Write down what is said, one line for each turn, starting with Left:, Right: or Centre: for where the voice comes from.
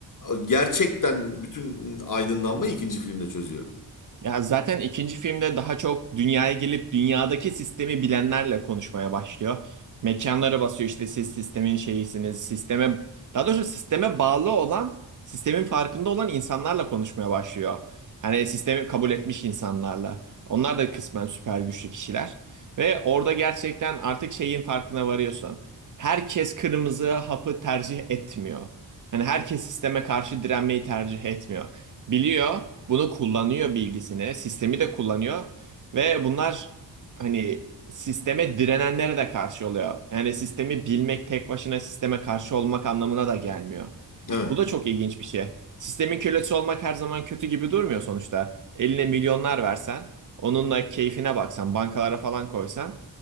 Left: Gerçekten bütün aydınlanmayı ikinci filmde çözüyor.
Right: Ya zaten ikinci filmde daha çok dünyaya gelip dünyadaki sistemi bilenlerle konuşmaya başlıyor. Mekanlara basıyor işte siz sistemin şeyisiniz. Sisteme daha doğrusu sisteme bağlı olan, sistemin farkında olan insanlarla konuşmaya başlıyor. Yani sistemi kabul etmiş insanlarla. Onlar da kısmen süper güçlü kişiler ve orada gerçekten artık şeyin farkına varıyorsun. Herkes kırmızı hapı tercih etmiyor. Yani herkes sisteme karşı direnmeyi tercih etmiyor. Biliyor, bunu kullanıyor bilgisini, sistemi de kullanıyor ve bunlar hani sisteme direnenlere de karşı oluyor. Yani sistemi bilmek tek başına sisteme karşı olmak anlamına da gelmiyor.
Left: Evet.
Right: Bu da çok ilginç bir şey. Sistemin kölesi olmak her zaman kötü gibi durmuyor sonuçta. Eline milyonlar versen, onunla keyfine baksan, bankalara falan koysan